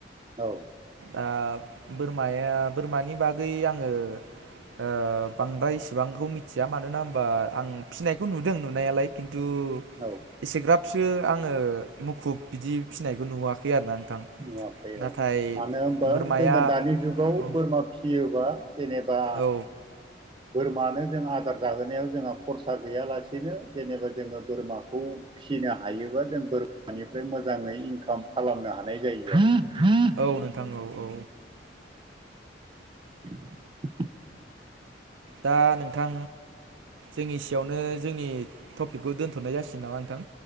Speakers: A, on the right; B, on the right.
A: औ।
B: दा बोरमाया बोरमानि बागै आङो ओ बांद्राय इसिबांखौ मिथिया मानोना होमबा आं फिनायखौ नुदों नुनायालाय खिन थु
A: औ
B: एसेग्राबसो आङो मुखुब बिदि फिनायखौ नुवाखै आरोना नोंथां
A: नुवाखै
B: नाथाय
A: औ। मानो होनबा
B: बोरमाया
A: जोङो दानि जुगाव
B: औ
A: बोरमा फियोबा जेनेबा
B: औ
A: बोरमानो जों आदार जाहोनायाव जोंहा खरसा गैयालासिनो जेनेबा जोङो बोरमाखौ फिसिनो हायो बा जों बोरमानिफ्राय मोजाङै इनकाम खालामनो हानाय जायो। आरो
B: औ नोंथां औ औ।
A: <inaudible>
B: दा नोंथां जों इसियावनो जोंनि टपिकखौ दोन्थ'नाय जासिगोन नामा नोंथां?